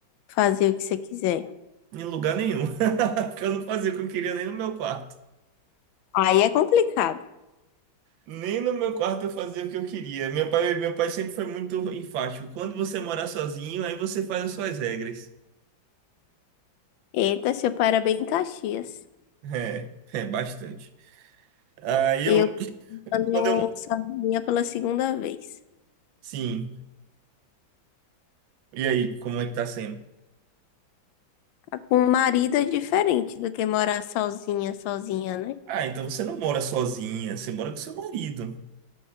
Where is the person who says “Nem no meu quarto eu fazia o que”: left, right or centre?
Right